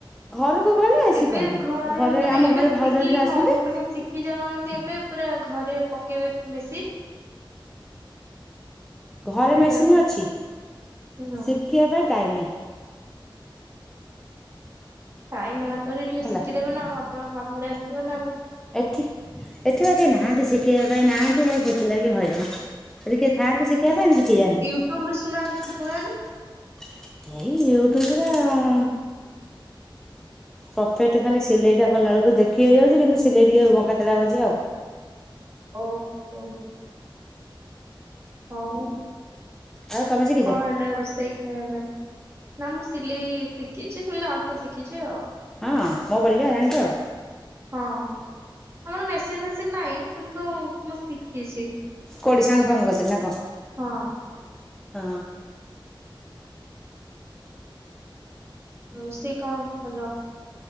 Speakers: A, in the centre; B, on the right.
A: ଘରକୁ ଗଲେ
B: ଏବେ
A: ସିକନ୍ତି ଘରେ
B: ମାନେ
A: ଆମ
B: ଏବେ
A: ଘରେ
B: ଶିଖିକି
A: ଭାଉଜ ହେରିକା
B: କମ୍
A: ଅଛନ୍ତି।
B: ମାନେ ଶିଖି ଯାଉନାହାନ୍ତି ଏବେ ପୁରା ଘରେ ପକେଇବେ ମେସିନ୍।
A: ଘରେ
B: ମାନେ
A: ମେସିନ୍ ଅଛି
B: ହୁଁ
A: ଶିଖିବା ପାଇଁ ଟାଇମ୍ ନାହିଁ।
B: ଟାଇମ ବାହାର କରିିକି ଟିକେ
A: ହେଲା
B: ଶିଖିଦେବ ନା ଆଉ ଆପଣଙ୍କ କାମରେ ଆସିବ ନା ଆଉ।
A: ଏଠି ଏଠି ବା କିଏ ନାହାନ୍ତି ଶିଖିବା ପାଇଁ ନାହାନ୍ତି ଆଉ ସେଥି ଲାଗି ହଇରାଣ ଯଦି କିଏ ଥାଆନ୍ତେ କିଏ ସିକନ୍ତା ମୁ ସିକିଯାନ୍ତି।
B: ୟୁଟ୍ୟୁବରୁ
A: ଏଇ
B: ଶୁନା ଶିଖୁନାହାନ୍ତି
A: ୟୁଟ୍ୟୁବରେ ଆଉ। ପକେଟ ଖାଲି ସିଲେଇଟା କଲା ବେଳକୁ ଦେଖିହେଇ ଯାଉଛି କିନ୍ତୁ ସିଲେଇ ଟିକେ ବଙ୍କାଟେଳା ହଉଛି ଆଉ।
B: ଓ। ହଉ। ହଉ
A: ଆଉ ତମେ ଶିଖିଛ?
B: କଣ ହେଲା ରୋଷେଇ? ଖାଇବା ପାଇଁ ନା ମୁଁ ସିଲେଇ ଶିଖିଛି ସେମିତି ଅଳ୍ପ ଶିଖିଛି ଆଉ।
A: ହଁ ମୋ ପରିକା ଜାଣିକି।
B: ହଁ। ଆମର ମେସିନ ଫେସିନ ନାହିଁ କିନ୍ତୁ ମୁଁ ଶିଖିଛି।
A: କଉଡି ସାଙ୍ଗ ଫାଙ୍ଗ କତିରେ ନା କଣ?
B: ହଁ।
A: ହଁ।
B: ରୋଷେଇ କଣ କଲ?